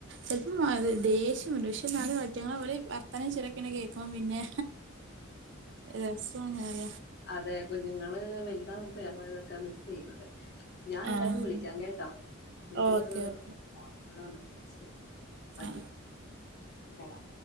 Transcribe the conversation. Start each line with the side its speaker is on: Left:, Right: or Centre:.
Right: <unintelligible> ഉ അത് ദേഷ്യം വരും പക്ഷെ നാ വറ്റങ്ങളെ പോലെ വർത്തനം ചിരക്കണ കേക്കും പിന്നെ രസ നേറ
Left: അതെ കുഞ്ഞുങ്ങള് വലുതാവുമ്പോ ഇതൊക്കെ മിസ് ചെയ്യുന്നത് ഞാ ഏതായാലും
Right: ആഹ്
Left: വിളിക്ക്യാം കേട്ടോ എനിക്കൊരൂ.
Right: ഓക്കെ ഓക്കെ
Left: <unintelligible>
Right: ആഹ്
Left: കേളാം